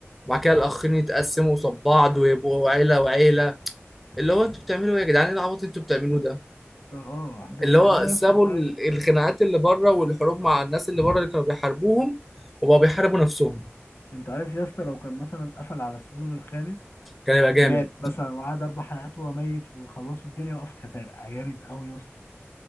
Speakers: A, in the centre; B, on the left.
A: وبعد كده الاخرين يتقسموا قصاد بعض ويبقوا عيله وعيله اللي هو انتوا بتعملوا ايه يا جدعان ايه العبط اللي انتوا بتعملوه ده
B: اه احداث
A: اللي هو
B: يعني هو
A: سابوا
B: يا اسطى انت
A: ال-
B: عارف
A: الخناقات اللي بره والحروب مع الناس اللي بره اللي كانوا بيحاربوهم وبقوا بيحاربوا نفسهم
B: انت عارف يا اسطى لو كان مثلا قفل على السيزون الخامس
A: كان يبقى جامد
B: مات مثلا وقعد اربع حلقات وهو ميت وخلصوا الدنيا وقف كانت هيبقى جامد قوي يا اسطى